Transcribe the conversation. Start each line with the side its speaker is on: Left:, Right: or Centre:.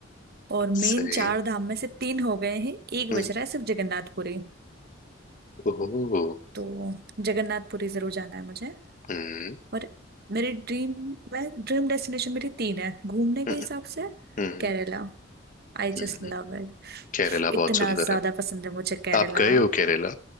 Right: और मेन
Left: सही
Right: चार धाम में से तीन हो गए हैं एक
Left: हम्म,
Right: बच रहा है सिर्फ जगन्नाथपुरी
Left: ओह
Right: तो जगन्नाथपुरी जरूर जाना है मुझे
Left: हम्म
Right: और मेरी ड्रीम मैं ड्रीम डेस्टिनेशन मेरी तीन है घूमने के
Left: हम्म
Right: हिसाब से
Left: हम्म
Right: Kerala I just
Left: हम्म।
Right: love it
Left: केरला बहुत
Right: इतना
Left: सुंदर
Right: ज्यादा
Left: है
Right: पसंद है मुझे केरला
Left: आप गए हो केरला